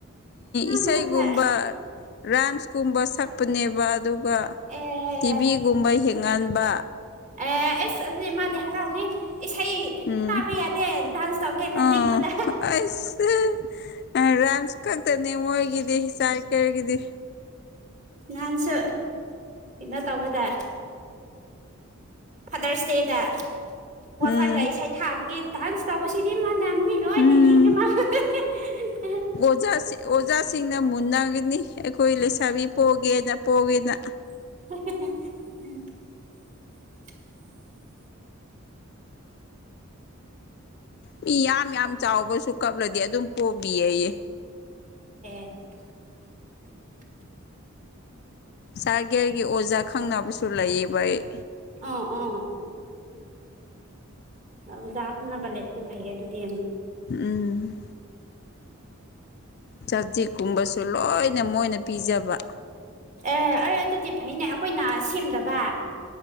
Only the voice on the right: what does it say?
ꯑꯉꯥꯡ
ꯃꯔꯛꯇ
ꯑꯦ
ꯑꯦ ꯑꯁ ꯑꯗꯨꯗꯤ ꯃꯥꯗꯤ ꯍꯔꯥꯎꯅꯤ ꯏꯁꯩ
ꯇꯥꯕ ꯌꯥꯗꯦ ꯗꯥꯟꯁ ꯇꯧꯒꯦꯅ
ꯅꯤꯛꯄꯗ
ꯅꯥꯟꯁꯨ ꯀꯩꯅꯣ ꯇꯧꯕꯗ ꯐꯥꯗꯔꯁ ꯗꯦꯗ
ꯋꯥꯐꯔꯗ ꯏꯁꯩ ꯊꯥꯕꯒꯤ ꯗꯥꯟꯁ ꯇꯧꯕꯁꯤꯗꯤ ꯃꯥꯅꯥ ꯃꯤ ꯂꯣꯏꯅ
ꯌꯦꯡꯉꯦ ꯃꯥ <unintelligible>
<unintelligible>
<unintelligible>
ꯑꯣ ꯑꯣ ꯑꯣꯖꯥ ꯈꯨꯅꯕ ꯂꯩꯌꯦ ꯐꯩꯌꯦ ꯑꯗꯨꯗꯤ
ꯑꯦ ꯑꯩ ꯑꯗꯨꯗꯤ ꯐꯩꯅꯦ ꯑꯩꯈꯣꯏꯅ ꯁꯦꯝꯗꯕ